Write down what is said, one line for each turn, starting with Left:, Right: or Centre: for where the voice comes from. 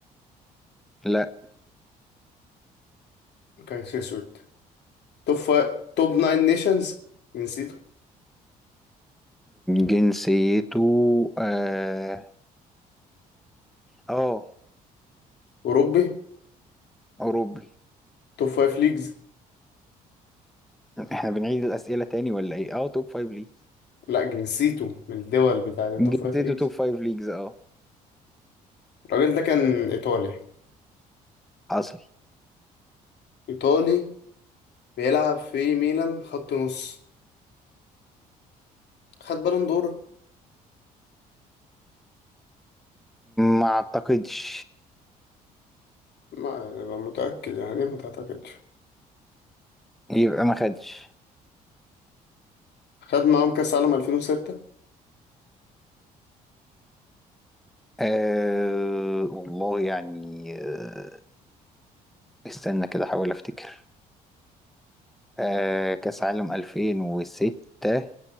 Centre: لا
Left: ما كانش اسود توب فايف توب ناين نيشنز نسيته
Centre: جنسيته اه آه،
Left: أوروبي
Centre: أوروبي
Left: توب فايف ليجز
Centre: احنا بنعيد الأسئلة تاني ولا ايه اه توب فايف ليجز
Left: لا نسيته من الدول بتاع التوب
Centre: جنسيته
Left: فايف ليجز
Centre: توب فايف ليجز اه
Left: الراجل ده كان إيطالي
Centre: حصل
Left: إيطالي بيلعب في ميلان خط نص خد بالون دور
Centre: ما اعتقدش
Left: ما أنا متأكد يعني ما تعتقدش
Centre: يبقى ما خدش
Left: خد معاهم كأس عالم 2006
Centre: آه والله يعني آه استنى كده احاول افتكر آه كاس عالم 2006